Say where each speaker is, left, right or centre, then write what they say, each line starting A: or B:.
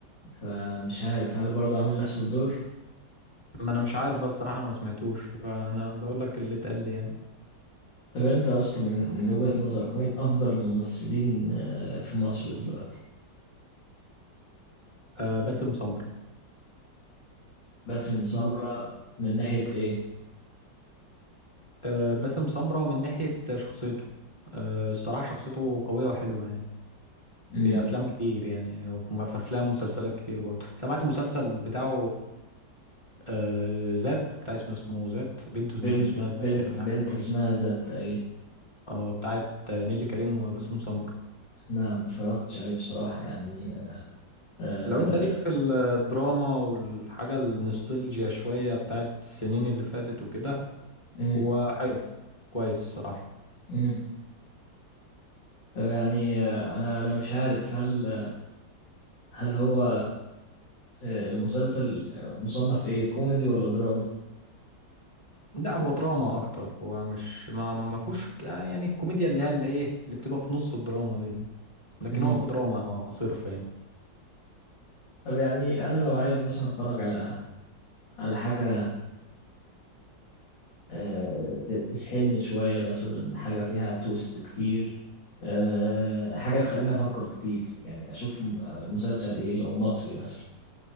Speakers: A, on the left; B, on the left.
A: فمش عارف هل برضو عمل نفس الدور
B: <clears throat> ما انا مش عارف بس الصراحة انا ما سمعتوش فانا بقول لك اللي اتقال لي يعني
A: طب انت اصلا من من وجهة نظرك مين افضل الممثلين آه، في مصر دلوقتي
B: آه باسم سمرة
A: باسم سمرة
B: ممكن
A: من ناحية ايه
B: آه، باسم سمرة من ناحية شخصيته آه، الصراحة شخصيته قوية وحلوة يعني
A: امم
B: في أفلام كتير يعني وفي- في أفلام ومسلسلات كتير برضه سمعت المسلسل بتاعه آه، ذات بتاع اسمه اسمه ذات بنته اسم-
A: بنت
B: اسمها ذات
A: بنت
B: يعني من
A: بنت
B: حاجة شكلها
A: اسمها
B: كده
A: ذات تقريبا
B: اه بتاعت نيلي كريم وباسم سمرة
A: لا ما اتفرجتش عليه بصراحة يعني آه،
B: لو انت ليك في الدراما والحاجة النوستالجيا شوية بتاعت السنين اللي فاتت وكده
A: مم.
B: هو حلو كويس صراحة
A: مم. طب يعني آه، انا انا مش عارف هل هل هو آه، المسلسل مصنف ايه كوميدي ولا دراما
B: لا هو دراما اكتر هو مش ما ما فيهوش يعني الكوميديا اللي هي اللي ايه اللي بتبقى في نص الدراما دي لكن
A: امم
B: هو دراما صرف يعني
A: طب يعني انا لو عايز مثلا اتفرج على على حاجه آه، ت- تسحلني شويه مثلا حاجه فيها تويست كتير آه، حاجه تخليني افكر كتير يعني اشوف م- مسلسل ايه لو مصري مثلا